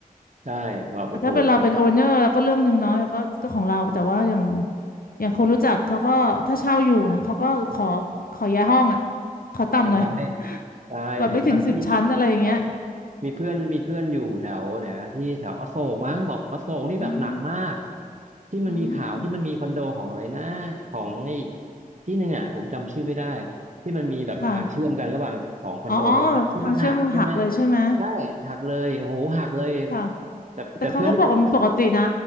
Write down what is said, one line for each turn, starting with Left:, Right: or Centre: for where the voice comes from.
Right: ใช่แบบโอ้โห
Left: แต่ถ้าเป็นเราเป็นโอเนอร์ก็เรื่องหนึ่งเนาะแล้วก็ก็ของเราแต่ว่าอย่างอย่างคนรู้จักเขาก็ถ้าเช่าอยู่นะเขาก็ขอขอย้ายห้องอ่ะขอต่ำหน่อย
Right: ก็จะให้ใช่เห็นบางที่
Left: <laughs> แบบไม่ถึงสิบชั้นอะไรอย่างเงี้ย
Right: มีเพื่อนมีเพื่อนอยู่แถวไหนนะที่แถวอโศกมั้งบอกอโศกนี่แบบหนักมาก
Left: อืม
Right: ที่มันมีข่าวที่มันมีคอนโดของอะไรนะของไอ้
Left: อืม
Right: ที่หนึ่งอ่ะผมจำชื่อไม่ได้ที่มันมีแบบทางเชื่อมกันระหว่างสองคอนโดใช่ไหมที่มันหักใช่ไหม
Left: ค่ะอ๋ออ๋อทางเชื่อมหักเลยใช่ไหม
Right: ใช่หักเลยโอ้โหหักเลย
Left: ค่ะ
Right: แต่แต่เพื่อนที่ผม
Left: แต่เขาก็บอกว่ามันปกตินะ